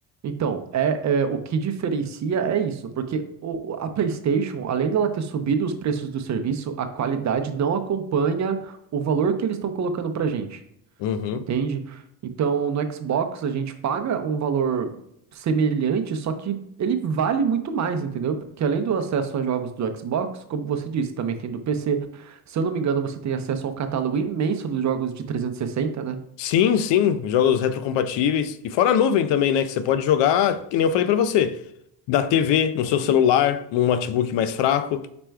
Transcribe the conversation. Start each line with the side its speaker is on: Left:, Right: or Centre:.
Right: Então, é, é, o que diferencia é isso, porque o- a PlayStation, além dela ter subido os preços do serviço, a qualidade não acompanha o valor que eles estão colocando pra gente,
Left: Uhum.
Right: entende? Então, no Xbox a gente paga um valor semelhante, só que ele vale muito mais, entendeu? Porque além do acesso a jogos do Xbox, como você disse, também tem do PC. Se eu não me engano, você tem acesso a um catálogo imenso dos jogos de 360, né?
Left: Sim, sim, jogos retrocompatíveis. E fora a nuvem também, né? Que você pode jogar, que nem eu falei pra você, da TV, no seu celular, num notebook mais fraco.